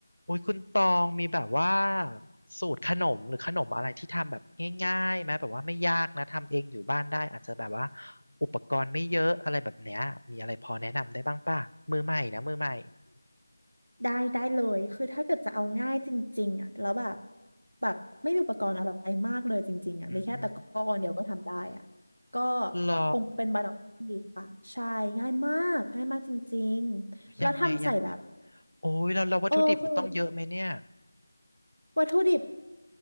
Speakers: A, on the left; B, on the right.
A: โอุ้ยคุณตองมีแบบว่าสูตรขนมหรือขนมอะไรที่ทำแบบง่ายๆไหมแบบว่าไม่ยากนะทำเองอยู่บ้านได้อาจจะแบบว่าอุปกรณ์ไม่เยอะอะไรแบบเนี้ยมีอะไรพอแนะนำได้บ้างป่ะมือใหม่นะมือใหม่
B: ได้ได้เลยคือถ้าเกิดจะเอาง่ายจริงๆอ่ะแล้วแบบแบบไม่มีอุปกรณ์อะไรมากเลยจริงๆอ่ะมีแค่ตะกร้อเดียวก็ทำได้อ่ะ
A: อือหือ
B: ก็
A: หรอ
B: คงเป็นบานอฟฟี่ค่ะใช่ง่ายมากง่ายมากจริงๆแล้วทำใส่แบบ
A: ยังไงยังไงโอ้ยเราเราวัตถุดิบมันต้องเยอะไหมเนี่ย
B: โอ้คือวัตถุดิบ